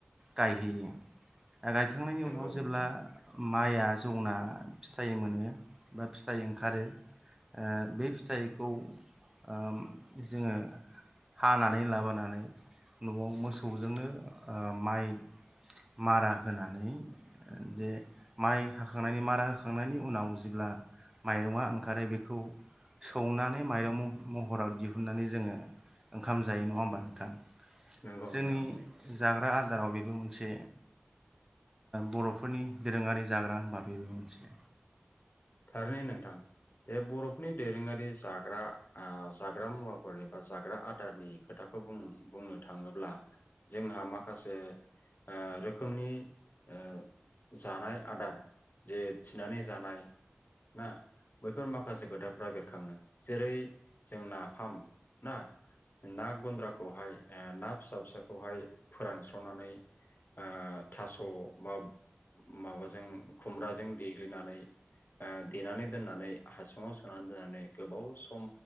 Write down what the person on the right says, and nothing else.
गायहैयो। गायखांनायनि
उनाव जेब्ला
माइआ जौना फिथाइ मोनो बा फिथाइ ओंखारो ओ बे फिथाइखौ ओ जोङो हानानै लाबोनानै नआव मोसौजोंनो ओ माइ मारा होनानै जे माइ हाखांनायनि मारा होखांनायनि उनाव जेब्ला माइरङा ओंखारो बेखौ सौनानै माइरं म-महराव दिहुननानै जोङो ओंखाम जायो नङा होमबा नोंथां।
जोंनि
जाग्रा आद दाराव बेबो मोनसे बर'फोरनि दोरोङारि जाग्रा होनबा बेबो मोनसे।